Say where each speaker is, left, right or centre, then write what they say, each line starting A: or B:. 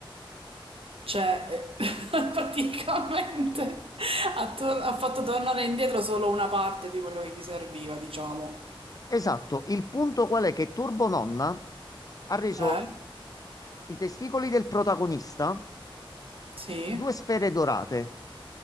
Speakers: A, on the right; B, on the left.
A: Cioè, <laughs> eh, praticamente ha, tor- ha fatto tornare indietro solo una parte di quello che gli serviva, diciamo.
B: Esatto, il punto qual è che Turbo Nonna ha reso
A: Eh?
B: i testicoli del protagonista
A: Sì?
B: due sfere dorate.